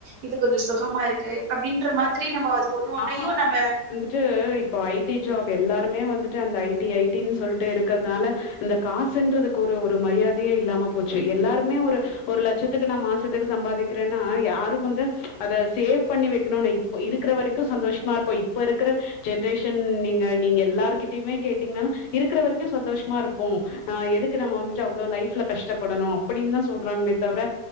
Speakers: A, on the right; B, on the left.
A: இது கொஞ்சொ சுகமா இருக்கு அப்படின்ற மாதிரி நம்ம அது ஒண்ணு ஒன்னையு
B: ஆமா.
A: நம்ம
B: அது வந்துட்டு இப்போ ஐ டி ஜாப் எல்லாருமே வந்துட்டு அந்த ஐ டி ஐ டின் சொல்ட்டு இருக்கற்துனால இந்த காசுன்றதுக்கு ஒரு ஒரு மரியாதையே இல்லாம போச்சு எல்லாருமே ஒரு ஒரு லட்சத்துக்கு நா மாசத்துக்கு சம்பாதிக்கிறேன்னா யாரு வந்து அத சேவ் பண்ணி வெக்கணும்னு இப்ப இருக்கிற வரக் க்கு சந்தோஷ்மா இருப்போ இப்ப இருக்கிற ஜென்ரேஷன் நீங்க நீங்க எல்லார்கிட்டயுமே கேட்டீங்கன்னன்னா இருக்குற வரிக்கு சந்தோஷ்மா இருப்போ அ எதுக்கு நம்ம வந்துட்டு அவ்ளோ லைஃப்ல கஷ்டப்படணு அப்படின்னு சொல்றாங்களே தவ்ர